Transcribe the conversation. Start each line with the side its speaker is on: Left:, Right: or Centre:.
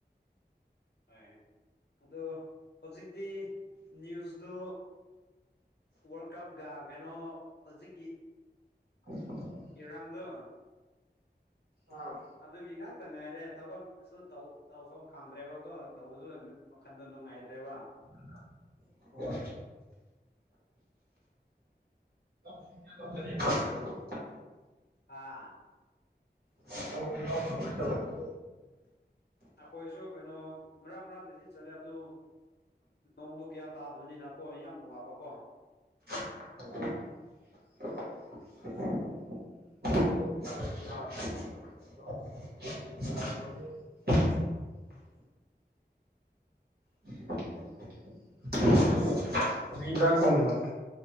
Left: ꯍꯣꯏ ꯑꯗꯣ ꯍꯧꯖꯤꯛꯇꯤ ꯅ꯭ꯌꯨꯁꯇꯣ ꯋꯥꯔꯜ ꯀꯞꯒ ꯀꯩꯅꯣ ꯍꯧꯖꯤꯛꯀꯤ
Right: <unintelligible>
Left: ꯏꯔꯥꯡꯗꯣ
Right: ꯑꯥ
Left: ꯑꯗꯨꯒꯤ ꯉꯥꯛꯇ ꯉꯥꯏꯔꯦ ꯊꯕꯛꯁꯨ ꯇꯧ ꯇꯧꯐꯝ ꯈꯪꯗ꯭ꯔꯦꯕꯀꯣ ꯇꯧꯕꯁꯨ ꯋꯥꯈꯟꯗꯣ ꯅꯨꯡꯉꯥꯏꯇ꯭ꯔꯦꯕ
Right: <unintelligible> <unintelligible> ꯂꯧ ꯁꯤꯡꯖꯦ ꯑꯗꯣꯝꯗꯗꯤ ꯐꯥꯔꯕꯣ
Left: ꯑꯥ
Right: <unintelligible> ꯂꯧ ꯂꯧ ꯀꯃꯥꯏ ꯇꯧꯔꯒꯦꯅꯦ
Left: ꯑꯩꯈꯣꯏꯁꯨ ꯀꯩꯅꯣ ꯃꯔꯛ ꯃꯔꯥꯛꯇꯗꯤ ꯆꯠꯂꯦ ꯑꯗꯨ ꯅꯣꯡꯗꯣ ꯀꯌꯥ ꯇꯥ ꯗꯅꯤꯅꯀꯣ ꯌꯥꯝ ꯋꯥꯕꯀꯣ
Right: ꯑꯣ <unintelligible> <unintelligible> ꯅꯣꯡ ꯇꯥꯗꯕꯒꯤ <inaudible>
Left: <inaudible>
Right: <unintelligible> ꯀꯔꯤ ꯏꯟꯖꯥꯡ ꯊꯣꯡꯉꯤꯅꯣ